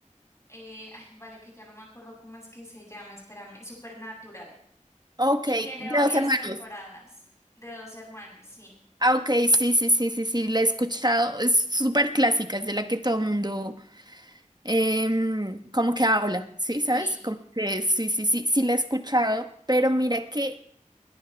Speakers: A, on the left; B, on the right.
A: eh, ay, vale, que ya no me acuerdo cómo es que se llama, espérame, Supernatural.
B: Ok,
A: Y tiene
B: de
A: varias
B: dos hermanos.
A: temporadas de dos hermanos, sí.
B: Ah, ok, sí, sí, sí, sí, sí, la he escuchado, es súper clásica, es de la que todo mundo em, como que habla, ¿sí? ¿Sabes?
A: Sí,
B: Como que sí, sí, sí, sí la he escuchado, pero mira que